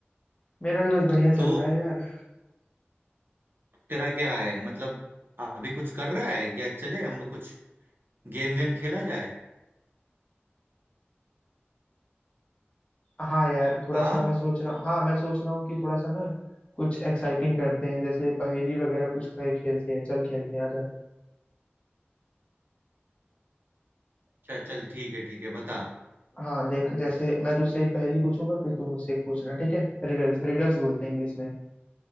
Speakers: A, on the left (about 30°); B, on the right (about 60°).
A: मेरा भी बस बढ़िया
B: तो
A: चल रहा है यार
B: तेरा क्या है मतलब अभी कुछ कर रहा है या चले हम लोग कुछ गेम वेम खेला जाए
A: हाँ यार थोड़ा
B: हाँ
A: सा मैं सोच रहा हूँ हाँ मैं सोच रहा हूँ कि थोड़ा सा ना कुछ एक्साइटिंग करते हैं जैसे पहेली वगैरह कुछ खेल खेलते हैं चल खेलते हैं आजा
B: अच्छा चल ठीक है ठीक है बता
A: हाँ देख जैसे मैं तुझसे एक पहेली पूछूंगा फिर तू मुझसे एक पूछना ठीक है रिडल्स रिडल्स बोलते हैं इंग्लिश में